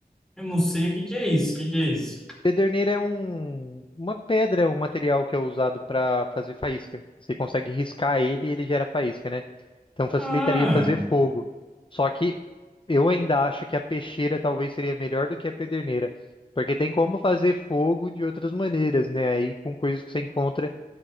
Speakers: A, in the centre; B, on the left (about 30°).
A: Eu não sei o que que é isso, o que que é isso?
B: Pederneira é um, uma pedra, é um material que é usado para fazer faísca. Você consegue riscar ele e ele gera faísca, né? Então facilitaria
A: Ah,
B: fazer fogo. Só que eu ainda acho que a peixeira talvez seria melhor do que a pederneira. Porque tem como fazer fogo de outras maneiras, né? Aí com coisas que você encontra